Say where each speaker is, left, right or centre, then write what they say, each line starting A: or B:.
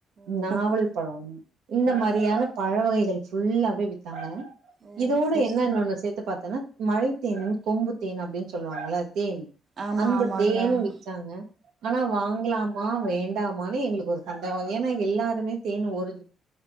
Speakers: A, on the right; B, on the right.
A: ஓஹோஹோ
B: நாவல் பழம் இந்த
A: ஓ
B: மாரியான
A: செரி
B: பழ வகைகள் ஃபுல்லாவே வித்தாங்க
A: ஓ
B: இதுவோட
A: செரி
B: என்ன
A: செரி
B: இன்னொனு சேத்து பாத்தனா மழைத்தேனு கொம்பு தேன் அப்டின் சொல்வாங்கள தேன்
A: ஆமா
B: அந்த
A: ஆமாங்க
B: தேனு
A: ஆமா
B: விச்சாங்க அனா வாங்லாமா வேண்டாமானு எங்ளுக்கு ஒரு சந்தேகொ ஏனா எல்லாருமே தேனு ஒரு